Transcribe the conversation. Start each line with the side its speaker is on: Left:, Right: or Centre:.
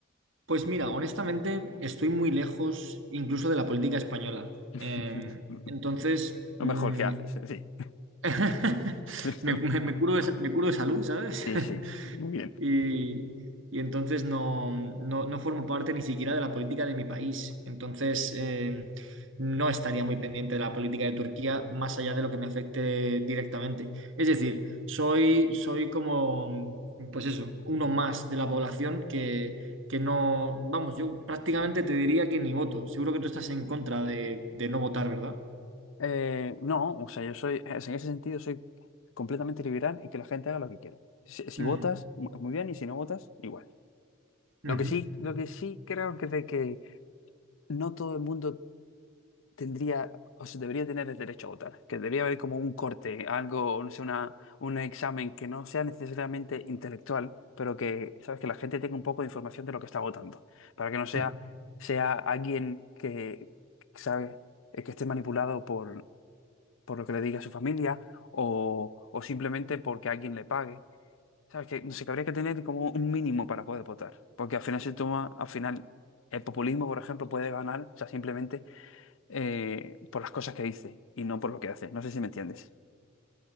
Right: pues mira, honestamente estoy muy lejos incluso de la política española.
Left: <laughs>
Right: Em, entonces,
Left: Lo
Right: mm,
Left: mejor que haces, sí.
Right: <laughs>
Left: <laughs> Listo.
Right: me, me- me curo de, sa- me curo de salud, ¿sabes?
Left: Sí,
Right: <laughs>
Left: sí, muy bien.
Right: y, y entonces no, no, no formo parte ni siquiera de la política de mi país. Entonces, eh, no estaría muy pendiente de la política de Turquía más allá de lo que me afecte directamente. Es decir, soy, soy como, pues eso, uno más de la población que, que no, vamos, yo prácticamente te diría que ni voto. Seguro que tú estás en contra de, de no votar, ¿verdad?
Left: Eh, no, o sea, yo soy, en ese sentido soy completamente liberal y que la gente haga lo que quiere. Si, si
Right: Mm,
Left: votas, mu- muy bien, y si no votas, igual.
Right: ujú,
Left: Lo que sí, lo que sí creo que de que no todo el mundo tendría, o sea, debería tener el derecho a votar, que debería haber como un corte, algo, no sé, una, un examen que no sea necesariamente intelectual, pero que, sabes, que la gente tenga un poco de información de lo que está votando, para que no sea,
Right: ujú.
Left: sea alguien que, sabe, eh, que esté manipulado por, por lo que le diga a su familia o, o simplemente porque alguien le pague. ¿Sabes? Que no sé, que habría que tener como un mínimo para poder votar. Porque al final se toma, al final, el populismo, por ejemplo, puede ganar, o sea, simplemente eh, por las cosas que dice y no por lo que hace. No sé si me entiendes.